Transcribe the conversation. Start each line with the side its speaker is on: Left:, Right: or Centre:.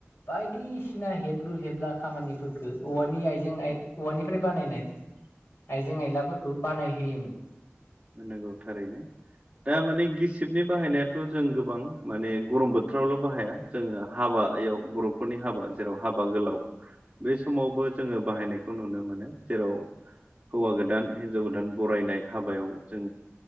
Left: बायदिसिना हेबलु हेबला खामानिफोरखो औवानि आयजो- जों आय औवानिफ्राय बानायनाय आइजें आइलाफोरखौ बानाय होयोमोन।
Right: नगौ थारैनो। दा माने गिसिबनि बाहायनायाथ' जों गोबां माने गरम बोथोरावल' बाहाया जोङो हाबा हाबयाव बर'फोरनि हाबा जेराव हाबा गोलाव बे समावबो जोङो बाहायनायखौ नुनो मोनो जेराव हौवा गोदान हिनजाव गोदान बरायनाय हाबायाव जों